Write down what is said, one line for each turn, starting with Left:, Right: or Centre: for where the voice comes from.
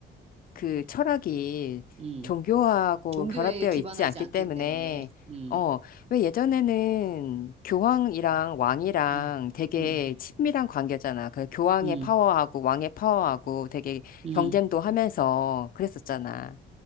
Left: 그 철학이
Right: 음.
Left: 종교하고
Right: 종교에
Left: 결합되어
Right: 기반하지
Left: 있지 않기
Right: 않기
Left: 때문에,
Right: 때문에. 음,
Left: 어, 왜 예전에는 교황이랑 왕이랑
Right: 음,
Left: 되게
Right: 음.
Left: 친밀한 관계잖아. 그 교황의
Right: 음.
Left: 파워하고 왕의 파워하고 되게
Right: 음,
Left: 경쟁도 하면서 그랬었잖아.